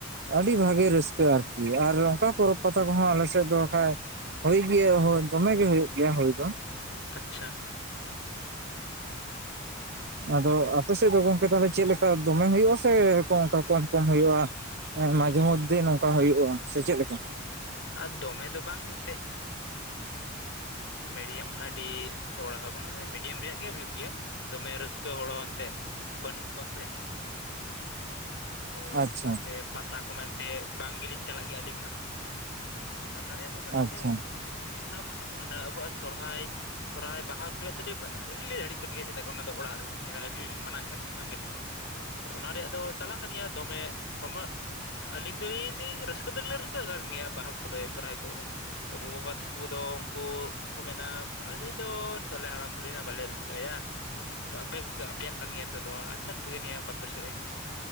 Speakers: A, on the right (about 55°); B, on the left (about 65°).
A: ᱟᱹᱰᱤ ᱵᱷᱟᱜᱮ ᱨᱟᱹᱥᱠᱟᱹ ᱟᱨᱠᱤ ᱟᱨ ᱚᱱᱠᱟ ᱯᱚᱨᱚᱵᱽ ᱯᱟᱛᱟ ᱠᱚᱦᱚᱸ ᱟᱞᱮ ᱥᱮᱫ ᱫᱚ ᱠᱷᱟᱡ ᱦᱳᱭ ᱜᱮᱭᱟ ᱦᱳᱭ ᱫᱚᱢᱮ ᱜᱮ ᱦᱳᱭᱳᱜ ᱜᱮᱭᱟ ᱦᱳᱭ ᱫᱚ᱾
B: ᱟᱪᱪᱷᱟ
A: ᱟᱫᱚ ᱟᱯᱮ ᱥᱮᱫ ᱫᱚ ᱜᱚᱝᱠᱮ ᱛᱟᱦᱚᱞᱮ ᱪᱮᱫ ᱞᱮᱠᱟ ᱫᱚᱢᱮ ᱦᱩᱭᱩᱜ-ᱟ ᱥᱮ ᱚᱱᱠᱟ ᱠᱚᱢ ᱠᱚᱢ ᱦᱩᱭᱩᱜ-ᱟ? ᱦᱮᱸ ᱢᱟᱡᱷᱮ ᱢᱚᱫᱽᱫᱷᱮ ᱱᱚᱝᱠᱟ ᱦᱩᱭᱩᱜ-ᱟ ᱥᱮ ᱪᱮᱫ ᱞᱮᱠᱟ?
B: ᱟᱨ ᱫᱚᱢᱮ ᱫᱚ ᱵᱟᱝ ᱮᱱᱛᱮ ᱢᱤᱰᱤᱭᱟᱢ ᱟᱹᱰᱤ ᱛᱷᱚᱲᱟ ᱦᱚᱸ ᱵᱟᱝ ᱢᱤᱰᱤᱭᱟᱢ ᱨᱮᱭᱟᱜ ᱜᱮ ᱦᱩᱭᱩᱜ ᱜᱮᱭᱟ᱾ ᱫᱚᱢᱮ ᱨᱟᱹᱥᱠᱟᱹ ᱦᱚᱲ ᱦᱚᱸ ᱮᱱᱛᱮ᱾ ᱵᱟᱹᱱᱩᱜ ᱠᱚᱣᱟ ᱥᱮ᱾ ᱟᱫᱚ
A: ᱟᱪᱪᱷᱟ
B: ᱚᱱᱟᱛᱮ ᱯᱟᱛᱟ ᱠᱚᱢᱟ ᱮᱱᱛᱮ ᱵᱟᱝ ᱜᱮᱞᱤᱧ ᱪᱟᱞᱟᱜ ᱜᱮᱭᱟ ᱟᱹᱞᱤᱧ ᱢᱟ᱾ ᱠᱟᱨᱮᱭᱟ ᱫᱚ ᱵᱟᱟᱹᱞᱤᱧ
A: ᱟᱪᱪᱷᱟ
B: ᱞᱟᱹᱭ ᱫᱟᱲᱮᱭᱟᱜ ᱠᱟᱱᱟ ᱠᱤᱱᱛᱩ ᱚᱱᱟ ᱚᱱᱟ ᱟᱵᱩᱣᱟᱜ ᱥᱚᱨᱦᱟᱭ᱾ ᱥᱚᱨᱦᱟᱭ, ᱵᱟᱦᱟ, ᱠᱚᱨᱮᱱᱟᱜ ᱫᱚᱞᱮ ᱞᱟᱹᱭ ᱫᱟᱲᱭᱟᱜ ᱠᱟᱱ ᱜᱮᱭᱟ ᱪᱮᱫᱟᱜ ᱚᱱᱟ ᱫᱚ ᱚᱲᱟᱜ ᱛᱟᱦᱮᱱᱟ ᱟᱹᱞᱤᱧ ᱦᱚᱸᱞᱤᱧ ᱢᱟᱱᱟᱮᱫ ᱠᱟᱱ ᱜᱮᱭᱟ ᱵᱟᱝ ᱜᱮ᱾ ᱚᱱᱟ ᱨᱮᱭᱟᱜ ᱫᱚ ᱪᱟᱞᱟᱜ ᱠᱟᱱ ᱜᱮᱭᱟ ᱫᱚᱢᱮ ᱥᱚᱢᱚ ᱟᱹᱞᱤᱧ ᱫᱚᱞᱤᱧ ᱨᱟᱹᱥᱠᱟᱹ ᱫᱚᱞᱤᱧ ᱨᱟᱹᱥᱠᱟᱹᱜ ᱠᱟᱱ ᱜᱮᱭᱟ, ᱵᱟᱦᱟ ᱠᱚᱨᱮ, ᱥᱚᱨᱦᱟᱭ ᱠᱚᱨᱮ ᱫᱚ᱾ ᱛᱚ ᱜᱚ-ᱵᱟᱵᱟ ᱛᱟᱠᱚ ᱫᱚ ᱩᱱᱠᱩ ᱩᱱᱠᱩ ᱠᱚ ᱢᱮᱱᱟ ᱟᱞᱮ ᱫᱚ ᱱᱤᱛᱚᱞᱮ ᱦᱟᱲᱟᱢᱼ ᱵᱩᱰᱷᱤᱱᱟ ᱵᱟᱞᱮ ᱨᱟᱹᱥᱠᱟᱹᱟᱭᱟ᱾ ᱟᱯᱮ ᱠᱚᱜᱮ ᱟᱯᱮᱭᱟᱜ ᱠᱟᱱ ᱜᱮᱭᱟ ᱱᱤᱛᱚᱜ ᱫᱚ ᱟᱪᱷᱟ ᱴᱷᱤᱠ ᱱᱤᱭᱟ. ᱵᱟᱯᱮ ᱨᱟᱹᱥᱠᱟᱹ ᱤᱧ᱾